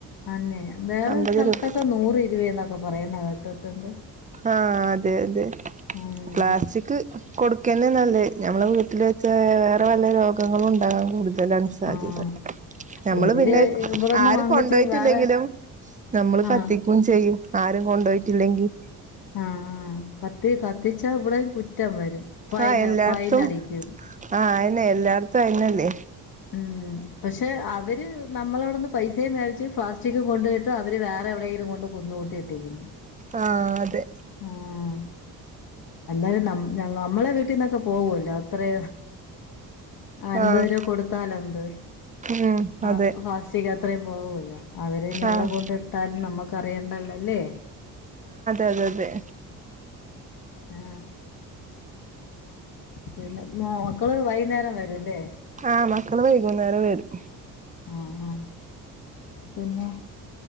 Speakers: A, on the left; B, on the right.
A: അന്നെ വേറെ
B: അമ്പത്
A: സ്ഥലത്തൊക്കെ
B: രൂപ
A: നൂറ് ഇരുപ എന്നൊക്കെ പറയുന്ന കേട്ടിട്ടുണ്ട്
B: ആഹ അതെ അതെ
A: ഉം
B: പ്ലാസ്റ്റിക് കൊടുക്കന്നെ നല്ലേ നഞമ്മളെ വീട്ടിൽ വെച്ച വേറെ വല്ല രോഗങ്ങളും ഉണ്ടാകാൻ കൂടുത ലാണ് സാധ്യത
A: ആഹ്
B: നമ്മള്
A: ഇവര്
B: പിന്നെ
A: ഇവിടെന്ന്
B: ആര്
A: വാങ്ങിച്ച്
B: കൊണ്ടുപോയിട്ടില്ലെങ്കിലും
A: വേറെ
B: നമ്മള്
A: ആഹ്
B: കത്തിക്കയും ചെയ്യും ആരും കൊണ്ടുപോയിട്ടില്ലെങ്കിൽ
A: ആഹ ആ കത്തി കത്തിച്ച ഇവിടെയും കുറ്റം വരും ഫൈന്
B: ആഹ എല്ലായിടത്തും
A: ഫൈൻ അടിക്കും
B: ആഹ അയിനെ എല്ലായിടത്തും അയിനല്ലേ
A: ഉം പക്ഷെ അവര് നമ്മളവിടന്ന് പൈസയും മേടിച്ചു പ്ലാസ്റ്റിക്കും കൊണ്ടട്ട് അവര് വേറെ എവിടെയെങ്കിലും കൊണ്ട്ുംുന്നുകൂട്ടി ഇട്ടിരിക്കുന്നു
B: ആ അതെ
A: ആഹ എന്നാലും ന നമ്മളെ വീട്ടിൽന്നൊക്കെ പോകല്ലോ അത്രേ അൻപത്
B: ആഹ്
A: രൂപ കൊടുത്താല എന്ത്
B: ഉം
A: ആ
B: അതെ
A: ഫാസ്റ്റിക് അത്രയും പോക അവര ഇനി എവിടെ
B: ആഹ്
A: കൊണ്ട് ഇട്ടാലും നമ്മുക്ക് അറിയണ്ടല്ലല്ലേ
B: അത അതെ
A: ആഹ പിന്നെ മക്കള് വൈകുന്നേരം വരുംല്ലേ
B: ആഹ മക്കള് വൈകുന്നേരം വരും
A: ആഹ ആ പിന്ന